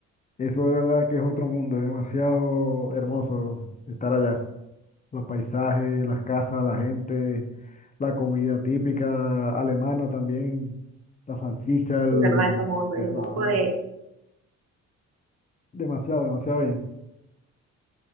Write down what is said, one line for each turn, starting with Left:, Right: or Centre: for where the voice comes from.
Left: eso de verdad que es otro mundo. Es demasiado hermoso estar allá. Los paisajes, las casas, la gente, la comida típica alemana también, la salchicha, el...
Right: sí, verdad, es hermoso,
Left: de
Right: es hermoso
Left: Nada
Right: de,
Left: más. Demasiado, demasiado bien.